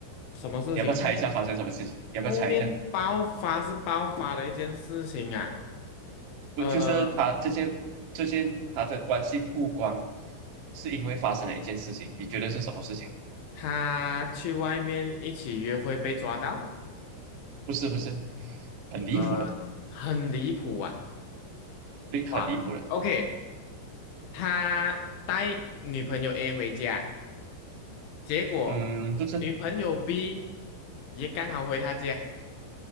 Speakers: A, on the left; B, on the right.
A: 什么事情呢？
B: 你要不要猜一下发生什么事情？你要不要猜一下？
A: 后面爆发是爆发了一件事情啊，
B: 不，
A: 呃，
B: 就是他这件这件他的关系曝光，是因为发生了一件事情，你觉得是什么事情？
A: 他去外面一起约会被抓到，
B: 不是不是，很离谱的，
A: 呃，很离谱啊，
B: 对，
A: 哇，OK，
B: 很离谱的，
A: 他带女朋友 A 回家，结果
B: 嗯，不是
A: 女朋友 B 也刚好回他家，